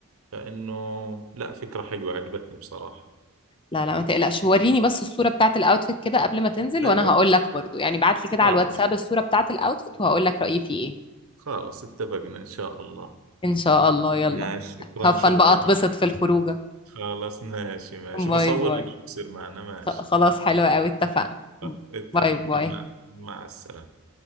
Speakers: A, on the right; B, on the left.
A: فانه لا فكرة حلوة عجبتني بصراحة
B: لا لا ما تقلقش وريني بس الصوره بتاعت الاوتفيت كده قبل ما تنزل
A: ايوه
B: وانا هقول لك برضو يعني بعت لي
A: خالص
B: كده على الواتساب الصوره بتاعت الاوتفيت وهقول لك رايي فيه ايه
A: خالص اتفقنا ان شاء الله
B: إن شاء الله يلا
A: ماشي شكرا
B: هفن
A: شكرا
B: بقى أتبسط في الخروجة
A: خلاص ماشي ماشي
B: باي
A: بصور
B: باي
A: لك شو بصير معنا ماشي
B: خلاص حلوة أوي اتفقنا
A: خلاص، اتفقنا
B: باي باي
A: مع مع السلامة